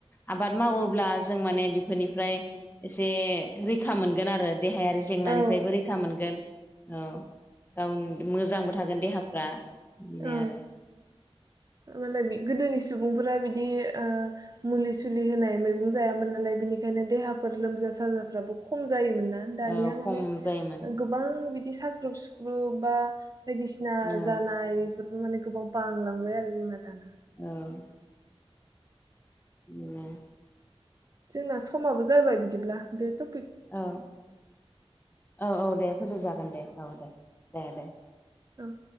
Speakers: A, on the left; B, on the right.
A: आबाद मावोब्ला जों माने बे फोरनिफ्राय एसे रैखा मोनगोन आरो देहायारि जेंनानिफ्रायबो
B: औ
A: रैखा मोनगोन औ गावनि मोजांबो थागोन देहाफ्रा बिदिनो
B: औ
A: आरो
B: माने बि गोदोनि सुबुंफोरा बिदि ओ मुलि सुलि होनाय मैगं जायामोन नालाय बिनिखायनो देहाफोर लोमजा साजाफ्राबो खम जायोमोन ना दानिया
A: औ
B: माने
A: खम जायोमोन
B: गोबां बिदि साख्रुब सुु ख्रुब बा बायदिसिना
A: औ
B: जानाय बेफोर माने गोबां बांलांबाय आरो जोंना दाना
A: ओं <unintelligible>
B: जोंना समाबो जाबाय बिदिब्ला बेथ'
A: औ औ औ दे फोजोबजागोन दे औ दे दे दे।
B: औ